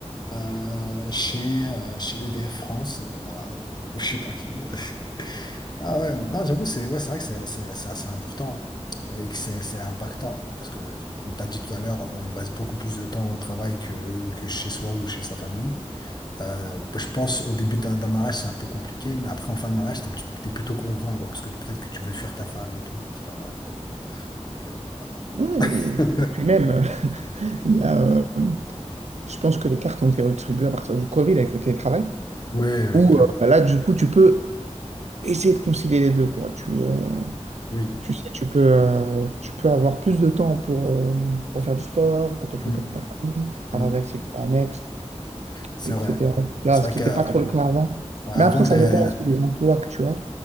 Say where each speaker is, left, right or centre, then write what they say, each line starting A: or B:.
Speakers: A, on the left (about 40°); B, on the right (about 75°).
A: euh, chez, euh, chez EDF France, euh, voilà, ou je sais pas qui. <laughs> Ah ouais, non, j'avoue, c'est ouais, c'est vrai que c'est c'est- c'est assez important et que c'est c'est impactant parce que, comme tu as dit tout à l'heure, on reste beaucoup plus de temps au travail que, que chez soi ou chez sa famille. Euh, je pense au début d'un d'un mariage, c'est un peu compliqué, mais après, en fin de mariage, t'es, t'es plutôt content, quoi, parce que peut-être que tu veux fuir ta femme et tout, donc c'est pas mal. euh, Donc,
B: Ouais, et,
A: euh,
B: et puis même, euh, <laughs> il y a, euh, je pense que les cartes ont été redistribuées à partir du Covid avec le télétravail,
A: Oui, oui,
B: où
A: <laughs> clairement.
B: euh, bah là, du coup, tu peux essayer de concilier les deux, quoi. Tu, euh,
A: Oui,
B: Tu sais, tu peux, euh, tu peux avoir plus de temps pour, euh, pour faire du sport, pour t'occuper
A: Mm,
B: de ta famille, avoir
A: mm.
B: des activités annexes,
A: C'est
B: etc.
A: vrai.
B: etc.
A: C'est
B: ce
A: vrai
B: qui
A: que,
B: n'était
A: euh,
B: pas trop le cas avant.
A: ouais,
B: Mais
A: avant,
B: après,
A: t'es...
B: ça dépend aussi des emplois que tu as.